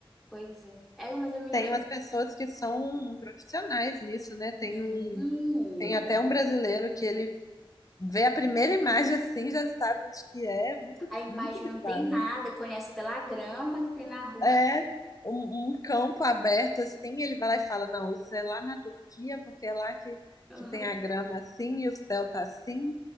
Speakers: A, in the centre; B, on the left.
A: pois é. É, mas eu me...
B: Tem
A: eu-
B: umas pessoas que são profissionais nisso, né? Tem
A: Sim.
B: um, tem até um brasileiro que ele vê a primeira imagem assim, já sabe onde que é, muito,
A: A imagem
B: muito bizarro.
A: não tem nada, conhece pela grama que tem na rua.
B: É
A: <laughs>
B: um, um campo aberto assim, ele vai lá e fala, não, isso é lá na Turquia, porque é lá que,
A: Uhum.
B: que tem a grama assim e o céu tá assim.